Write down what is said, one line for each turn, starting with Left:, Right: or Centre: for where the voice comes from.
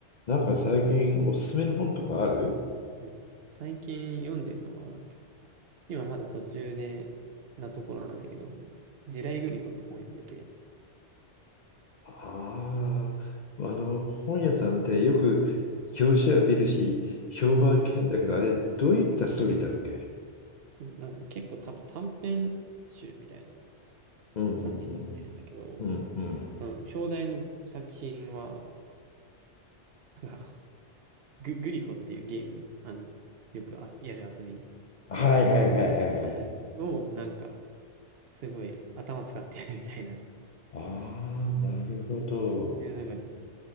Left: なんか最近おすすめの本とかある
Right: うん最近読んでるのは、今まだ途中で、なところなんだけど、地雷グリコって本読んでて、
Left: ああー、あの、本屋さんでよく
Right: うん。
Left: 表紙は見るし、評判は聞くんだけど、
Right: うん
Left: あれ、どういったストーリーだっけ
Right: そうなんか結構多分短編集みたいな
Left: うんうん
Right: 感じになってるんだけど、
Left: うんうんうん
Right: その表題の作品は、なんかグ、グリコっていうゲーム、あの、よくあやる遊び
Left: はいはいはいはいはい。
Right: はいはいを、なんか、すごい頭使ってやるみたいな。
Left: ああ、なるほど。
Right: で、なんか、